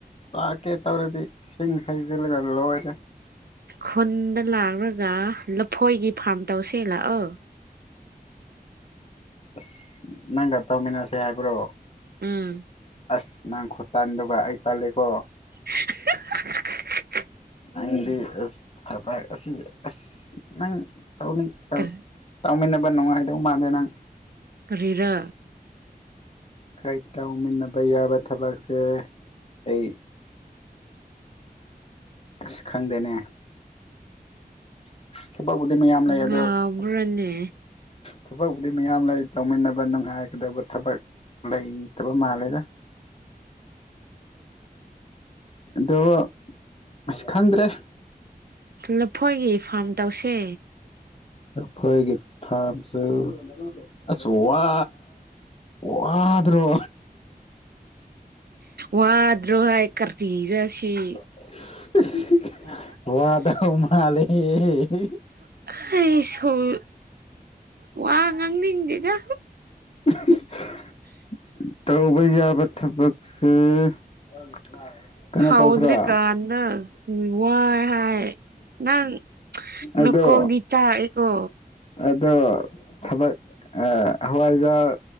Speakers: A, on the left; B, on the right.
A: ꯆꯥꯛꯀꯦ ꯇꯧꯔꯗꯤ ꯏꯁꯤꯡ ꯍꯩꯖꯤꯜꯂꯒ ꯂꯣꯏꯔꯦ
B: ꯈꯨꯟꯗ ꯂꯥꯎꯔꯒ ꯂꯐꯣꯏꯒꯤ ꯐꯥꯔꯝ ꯇꯧꯁꯦ ꯂꯥꯛꯑꯣ
A: ꯑꯁ ꯅꯪꯒ ꯇꯧꯃꯤꯟꯅꯁꯦ ꯍꯥꯏꯕ꯭ꯔꯣ
B: ꯎꯝ
A: ꯑꯁ ꯅꯪ ꯈꯨꯇꯟꯗꯨꯒ ꯑꯩ ꯇꯜꯂꯦꯀꯣ
B: <unintelligible>
A: ꯅꯪꯗꯤ ꯑꯁ ꯊꯕꯛ ꯑꯁꯤ ꯑꯁ ꯅꯪ ꯇꯧꯅꯤꯡ ꯇꯧ
B: ꯀꯔꯤ
A: ꯇꯧꯃꯤꯟꯅꯕ ꯅꯨꯡꯉꯥꯏꯗꯧ ꯃꯥꯟꯗꯦ ꯅꯪ
B: ꯀꯔꯤꯔꯥ
A: <unintelligible> ꯇꯧꯃꯤꯟꯅꯕ ꯌꯥꯕ ꯊꯕꯛꯁꯦ ꯑꯩ ꯑꯁ ꯈꯪꯗꯦꯅꯦ ꯊꯕꯛꯕꯨꯗꯤ ꯃꯌꯥꯝ ꯂꯩ
B: ꯉꯥꯎꯕ꯭ꯔꯅꯦ
A: ꯑꯗꯣ ꯑꯁ ꯊꯕꯛꯕꯨꯗꯤ ꯃꯌꯥꯝ ꯂꯩ ꯇꯧꯃꯤꯟꯅꯕ ꯅꯨꯡꯉꯥꯏꯒꯗꯕ ꯊꯕꯛ ꯂꯩꯇꯕ ꯃꯥꯜꯂꯦꯗ ꯑꯗꯣ ꯑꯁ ꯈꯪꯗ꯭ꯔꯦ
B: ꯂꯐꯣꯏꯒꯤ ꯐꯥꯔꯝ ꯇꯧꯁꯦ
A: ꯂꯐꯣꯏꯒꯤ ꯐꯥꯝꯖꯨ ꯑꯁ ꯋꯥ ꯋꯥꯗ꯭ꯔꯣ
B: ꯋꯥꯗ꯭ꯔꯣ ꯍꯥꯏ ꯀꯔꯤꯔꯁꯤ ꯇꯤ
A: <unintelligible> ꯋꯥꯗꯧ ꯃꯥꯂꯦꯍꯦ‌ <unintelligible>
B: ꯍꯩꯁ ꯍꯨ ꯋꯥ ꯉꯥꯡꯅꯤꯡꯗꯦꯗ
A: <unintelligible> ꯇꯧ- ꯕ ꯌꯥꯕ ꯊꯕꯛꯁꯦ <unintelligible>
B: ꯍꯥꯎꯗ꯭ꯔꯤ
A: ꯇꯧꯁꯤꯔꯥ
B: ꯀꯥꯟꯗ ꯋꯥꯏ ꯍꯥꯏ ꯅꯪ ꯅꯀꯣꯛꯗꯤ
A: ꯑꯗꯣ
B: ꯆꯥꯛꯏꯀꯣ
A: ꯑꯗꯣ ꯊꯕꯛ ꯑꯥ ꯍꯋꯥꯏꯖꯥꯔ